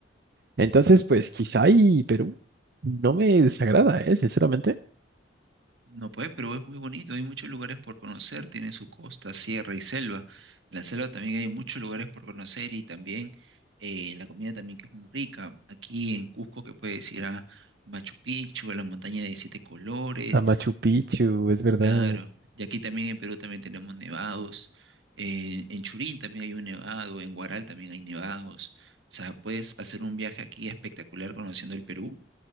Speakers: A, on the right; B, on the right.
A: Entonces, pues quizá y Perú no me desagrada, ¿eh? Sinceramente.
B: No puedes, pero es muy bonito, hay muchos lugares por conocer, tiene su costa, sierra y selva. En la selva también hay muchos lugares por conocer y también eh, la comida también que es muy rica. Aquí en Cusco que puedes ir a Machu Picchu, a la montaña de 17 colores,
A: A Machu Picchu, es verdad.
B: claro. Y aquí también en Perú también tenemos nevados. eh, en Churín también hay un nevado, en Huaral también hay nevados. O sea, puedes hacer un viaje aquí espectacular conociendo el Perú,